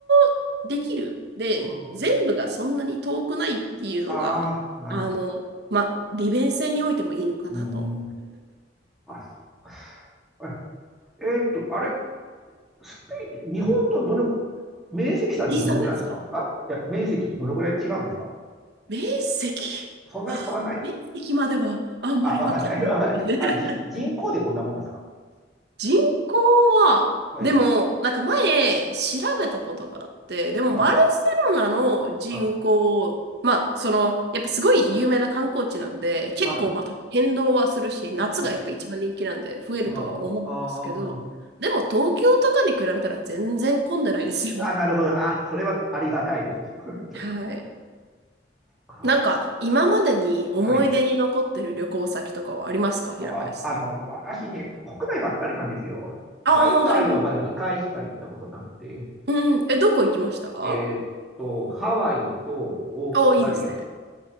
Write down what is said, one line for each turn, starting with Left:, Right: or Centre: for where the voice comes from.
Right: もできる。で、
Centre: あー
Right: 全部がそんなに遠くないっていうのが、
Centre: ああ、なるほど。
Right: あの、まあ、利便性においてもいいのかなと。
Centre: うーん。あ、そう。え、えーっと、あれ、スペイン、日本とどのぐ、面積差ってどのぐらいですかあ、
Right: 時差ですか
Centre: いや、面積ってどのぐらい違うんですか
Right: 面積、
Centre: そんなに変わんない
Right: あ面積まではあんまりわかんないよね。
Centre: あ、わかんない。<laughs> わかんない。
Right: <laughs>
Centre: あ、人、人口でどんなもんですか
Right: 人口は、
Centre: はい。
Right: でも、なんか前調べたことがあって、でもバルセロナの人口、
Centre: あ、あ、
Right: まあ、その、やっぱすごい有名な観光地なんで、結構まあ多分変動はするし、
Centre: あ、
Right: 夏がやっぱ一番人気なんで増えるとは思うんですけど、
Centre: あ、あ、あ、あ、
Right: でも東京とかに比べたら全然混んでないですよ。
Centre: あなるほど。あ、それはありがたいです。<laughs> 本当に
Right: はい。
Centre: か、
Right: なんか、今までに思い出に残ってる旅行先とかはありますか平林さん。
Centre: はい。あ、あの、私ね、国内ばっかりなんですよ。
Right: ああ、
Centre: 海外はまだ2回しか行ったことなくて。
Right: はいはい。うん。え、どこ行きました
Centre: えーっと、ハワイとオーストラリア、
Right: おーいいですね。